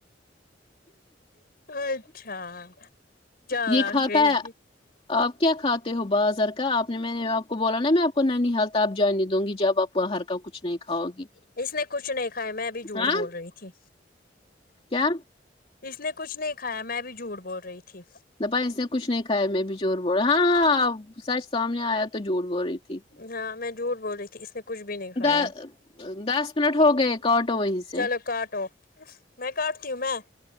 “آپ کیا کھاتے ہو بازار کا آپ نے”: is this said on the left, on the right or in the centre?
Left